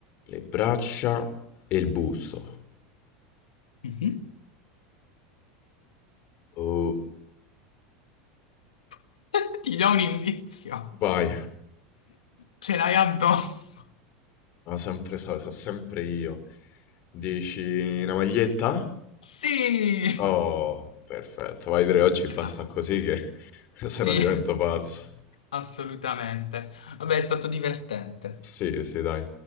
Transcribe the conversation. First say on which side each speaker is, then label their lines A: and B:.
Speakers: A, on the left; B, on the left.
A: le braccia e il busto.
B: Mhm.
A: Oh,
B: <laughs> Ti do un indizio.
A: vai,
B: Ce l'hai addosso.
A: ma sempre so, so sempre io. Dici una maglietta?
B: Sì!
A: Oh, perfetto. Vai 3 oggi basta
B: Esatto.
A: così che <laughs>
B: Sì,
A: se no divento pazzo.
B: assolutamente. Vabbè, è stato divertente.
A: Sì, sì, dai.